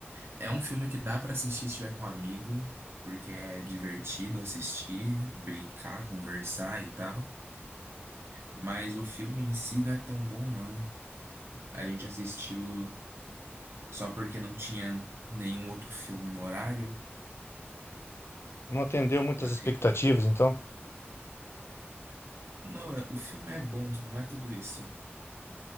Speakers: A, on the right; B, on the left.
A: É um filme que dá pra assistir se estiver com um amigo, porque é divertido assistir, brincar, conversar e tal. Mas o filme em si não é tão bom, não. A gente assistiu só porque não tinha nenhum outro filme no horário.
B: Não atendeu muitas
A: Aí,
B: expectativas, então?
A: Não, o filme é bom, não é tudo isso.